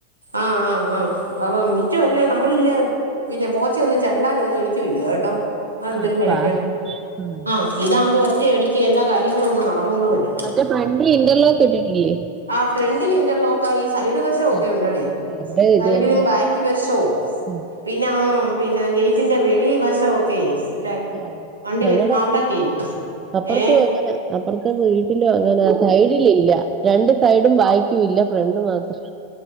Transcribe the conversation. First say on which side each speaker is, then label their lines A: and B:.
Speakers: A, on the right; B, on the right.
A: ആഹ ആഹ് ആഹ് അ മിറ്റവും ഇല്ല നമ്മളില്ലേ പിന്നെ പോച്ച ഒന്നും ചെരണ്ടാനൊന്നും എനിക്ക് <unintelligible> കേട്ടോ അതെന്തൊരു
B: ആഹ് അത്
A: മനക്കേടാ
B: പാടാ ഉം
A: ആഹ ഇതാകുമ്പോ ഒറ്റ അടിക്ക് എല്ലാ കാര്യങ്ങളും നടന്നോളൂതല്ലേ.
B: മറ്റേ ഫ്രണ്ട്ലി ഇന്റർലോക്ക് ഇട്ടിട്ടില്ലേ
A: ആ ഫ്രണ്ടിൽ ഇന്റർലോക്ക ആ ഈ സൈഡ് വശം
B: ആ
A: ക്കെ ഉണ്ടടേ
B: അവിടെ ഇത്
A: സൈഡിലും
B: തന്നെ
A: ബാക്ക് വെശോ
B: ഉം
A: പിന്നെ ആ പിന്നെ ഗേറ്റിന്റെ വെളി വശം ഒക്കെ <unintelligible>
B: ആഹ്
A: വണ്ടിവരും
B: ഞങ്ങടെ
A: അവിടക്കെയ
B: അവിടെ അപ്പുറത്തും
A: ഏഹ
B: അങ്ങനെ അപ്പുറത്തെ വീട്ടിലും അങ്ങനെ സൈഡില ഇല്ല രണ്ട് സൈഡും ബായക്കും ഇല്ല ഫ്രണ്ട് മാത്രം